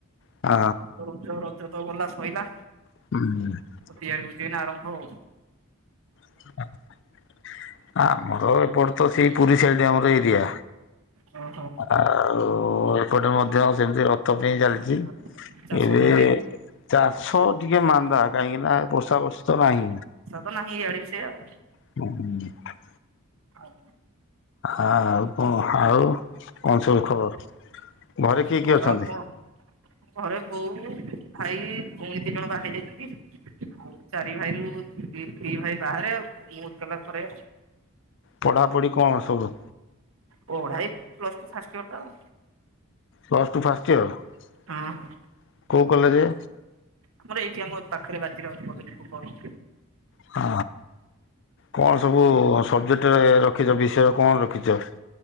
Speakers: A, on the left (about 55°); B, on the right (about 65°).
A: ଆ
B: ଆଉ ତ ରଜ ରଜ ତ ଗଲା ଶୋଇଲାା।
A: <unintelligible>
B: ତିଆରି କର ଯ ଆରମ୍ଭ ହଉ।
A: <unintelligible> ଆମର ଏପଟ ତ ସେଇ ପୁରୀ ସାଇଡ ଆମର ଏରିଆ।
B: ଓହୋ
A: ଆଉ ଏପଟେ ମଧ୍ୟ ଆ ସେମିତି ରଥ ପାଇଁ ଚାଲି
B: ଆଉ
A: <inaudible>
B: ଚାଷ
A: ଏବେ
B: ଚାଷୀ
A: ଚାଷ ଟିକେ ମାନ୍ଦା କାହିଁକି ନା ବର୍ଷା ବର୍ଷା ତ ନାହିଁ।
B: ତ ନାହିଁ ଆଡି ସେ ଆଉ।
A: <inaudible>
B: ଆଉ।
A: ଆ ଆଉ କଣ ଆଉ କଣ ସବୁ ଖବର? ଘରେ
B: ଖବର
A: କିଏ କିଏ ଅଛନ୍ତି?
B: ଆଉ କଣ? ଘରେ ବୋଉ ଭାଇ ଭଉଣୀ ଦି ଜଣ ବା ହେଇ ଯାଇଛନ୍ତି। ଆଉ ଚାରି ଭାଇରୁ ଦି ଭାଇ ବାହାରେ ମୁଁତ ଏକେଲା ଘରେ।
A: ପଢ଼ାପଢ଼ି କଣ ସବୁ?
B: ପଢା ଏଇ ପ୍ଲସ୍ ଟୁ ଫାଷ୍ଟ ଇଅର ତ ଅଉ।
A: ପ୍ଲସ୍ ଟୁ ଫାଷ୍ଟ ଇୟର
B: ହଁ।
A: କୋଉ କଲେଯେ?
B: ଆମର ଏଇଠି ଆମ ପାଖରେ ବାଜି ରାଉତ୍ କଲେଜ ଭୁବନ।
A: ହ କଣ ସବୁ ସବ୍‌ଜେକ୍ଟ ରଖିଛ ବିଷୟ କଣ ରଖିଛ?